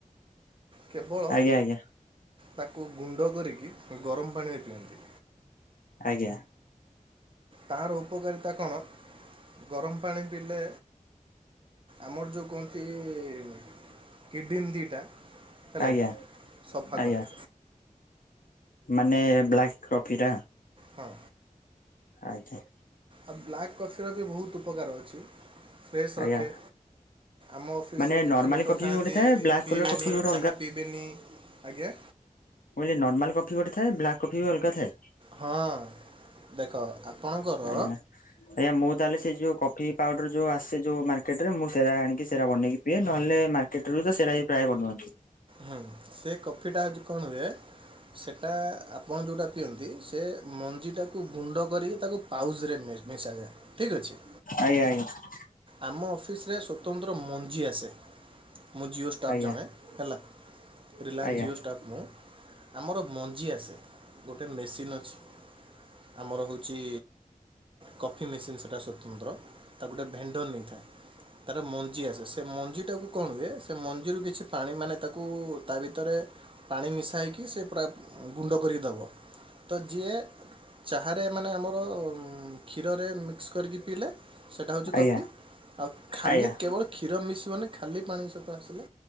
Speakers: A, on the right (about 40°); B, on the left (about 85°).
A: କେବଳ
B: ଆଜ୍ଞା ଆଜ୍ଞା।
A: ତାକୁ ଗୁଣ୍ଡ କରିକି ଗରମ ପାଣିରେ ପିଅନ୍ତି।
B: ଆଜ୍ଞା।
A: ତାହାର ଉପକାରିତା କଣ ଗରମ ପାଣି ପିଇଲେ ଆମର ଯଉ କୁହନ୍ତି ଇ କିଡ଼ନ ଦିଇଟା ହେଲାକି
B: ଆଜ୍ଞା
A: ସଫା
B: ଆଜ୍ଞା
A: କରେ।
B: ମାନେ ବ୍ଲାକ୍ କଫି ଟା।
A: ହଁ।
B: ଆଜ୍ଞା।
A: ଆଉ ବ୍ଲାକ୍ କଫିର ବି ବହୁତ୍ ଉପକାର ଅଛି ଫ୍ରେଶ
B: ଆଜ୍ଞା
A: ରଖେ। ଆମ ଅଫିସରେ
B: ମାନେ
A: କିଛି
B: ନର୍ମାଲି
A: ଲୋକ
B: କଫି
A: ଥାନ୍ତି
B: ଗୋଟେ ଥାଏ ବ୍ଲାକ୍
A: ପିଇବେନି
B: କଲର କଫି ଗୋଟେ
A: ଚାହା ପିଇବେନି ଆଜ୍ଞା
B: ଓ ଏ ନର୍ମାଲ କଫି ଗୋଟେ ଥାଏ, ବ୍ଲାକ୍ କଫି ବି ଅଲଗା ଥାଏ।
A: ହଁ ଦେଖ ଆପଣଙ୍କର
B: ଆଜ୍ଞା, ଆଜ୍ଞା ମୁଁ ତାହେଲେ ସେ ଯୋଉ କଫି ପାଉଡର ଯୋଉ ସେ ଯୋଉ ମାର୍କେଟ ରେ ମୁଁ ସେରା ଆଣିକି ସେରା ବନେଇ କି ପିଏ ନହେଲେ ମାର୍କେଟରୁ ତ ସେରା ବି ପ୍ରାୟ ବନୁଆନ୍ତି।
A: ହଁ ସେ କଫିଟା ହେଉଛି କଣ ହୁଏ ସେଟା ଆପଣ ଯୋଉଟା ପିଅନ୍ତି, ସେ ମଞ୍ଜିଟାକୁ ଗୁଣ୍ଡ କରିକି ତାକୁ ପାଉଜ୍ ରେ ମିଶାଯାଏ ଠିକ୍ ଅଛି।
B: ଆଜ୍ଞା, ଆଜ୍ଞା!
A: ଆମ ଅଫିସରେ ସ୍ବତନ୍ତ୍ର ମଞ୍ଜି ଆସେ। ମୁଁ ଜିଓ ଷ୍ଟାଫ୍
B: ଆଜ୍ଞା
A: ଜଣେ ହେଲା ରିଲାଏନ୍ସ
B: ଆଜ୍ଞା
A: ଜିଓ ଷ୍ଟାଫ୍ ମୁଁ ଆମର ମଞ୍ଜି ଆସେ ଗୋଟେ ମେସିନ୍ ଅଛି। ଆମର ହଉଚି କଫି ମେସିନ୍ ସେଟା ସ୍ୱତନ୍ତ୍ର ତାକୁ ଗୋଟେ ଭେଣ୍ଡର ନେଇଥାଏ। ତାର ମଞ୍ଜି ଆସେ ସେ ମଞ୍ଜିଟାକୁ କଣ ହୁଏ, ସେ ମଞ୍ଜିରୁ କିଛି ପାଣି ମାନେ ତାକୁ କୁ ତା ଭିତରେ ପାଣି ମିଶାଇକି ସେ ପୁରା ଗୁଣ୍ଡ କରିକି ଦବ, ତ ଯିଏ ଚାହାରେ ମାନେ ଆମର କ୍ଷୀରରେ ମିକ୍ସ୍ କରିକି ପିଇଲେ ସେଟା ହଉଛି କଫି,
B: ଆଜ୍ଞା
A: ଆଉ ଖାଲି
B: ଆଜ୍ଞା
A: କେବଳ କ୍ଷୀର ମିସିବନି ଖାଲି ପାଣି ସହିତ ଆସିଲେ